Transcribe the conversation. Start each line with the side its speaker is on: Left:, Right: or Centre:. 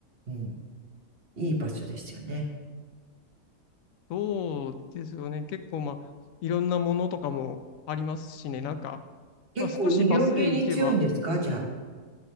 Right: うん、いい場所ですよね。
Left: そうですよね。結構まあ、いろんなものとかもありますしね。
Right: うん
Left: なんか、
Right: 結構医療系に強いんですかじゃ
Left: まあ少しバスで行けば、